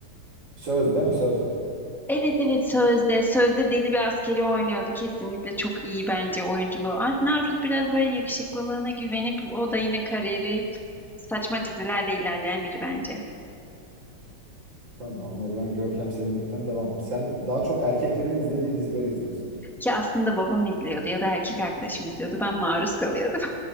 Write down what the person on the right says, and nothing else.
Söz değil mi söz?
Tamam o zaman Görkem Sevindik'ten devam. Sen daha çok erkeklerin izlediği dizileri izliyorsun.